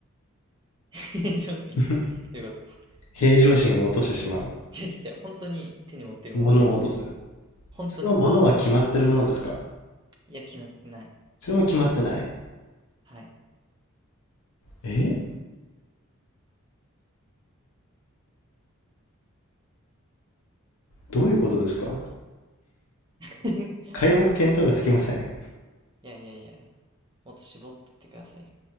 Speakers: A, on the right; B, on the left.
A: <laughs> 平常心。
B: <laughs>
A: ということ。
B: 平常心を落としてしまう。
A: ちょちょちょ、本当に手に持ってるものを落とすの。
B: 物を落とす。
A: 本当に。
B: その物は決まってるものですか
A: いや、決めてない。
B: それも決まってない。
A: はい。
B: えどういうことですか
A: <laughs>
B: 皆目見当がつきません。
A: いやいやいやいや、もっと絞ってってくださいよ。